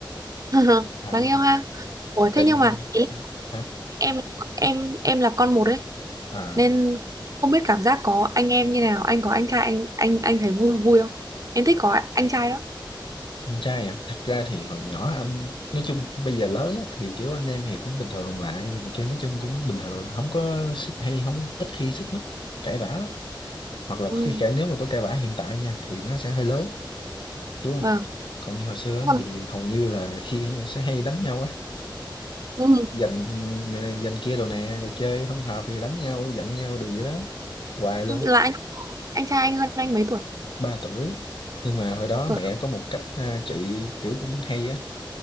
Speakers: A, on the right; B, on the left.
A: <laughs>
B: à
A: Đáng yêu ha. Ủa
B: tiền
A: thế nhưng mà ý là
B: hả
A: em em em là con một ấy
B: à
A: nên không biết cảm giác có anh em như nào, anh có anh trai anh anh anh thấy vui vui không? Em thích có anh trai đó.
B: anh trai à thật ra thì hồi nhỏ anh nói chung bây giờ lớn á, thì kiểu anh em thì cũng bình thường lại rồi này kia nói chung cũng bình thường không có xích hay không ít khi xích mích cãi vã lắm. hoặc là
A: Ừ.
B: khi cãi nếu mà có cãi vã hiện tại nha thì nó sẽ hơi lớn đúng
A: Vâng.
B: không còn như hồi xưa
A: Còn
B: á, thì hầu như là khi sẽ hay đánh nhau á
A: ừ.
B: giành ừ, giành kia đồ nè rồi chơi không hợp thì đánh nhau giận nhau đồ vậy đó hoài luôn
A: Là anh anh trai anh hơn anh mấy tuổi?
B: ba tuổi nhưng mà hồi đó
A: Bao tuổi?
B: mẹ có một cách à, trị kiểu cũng hay á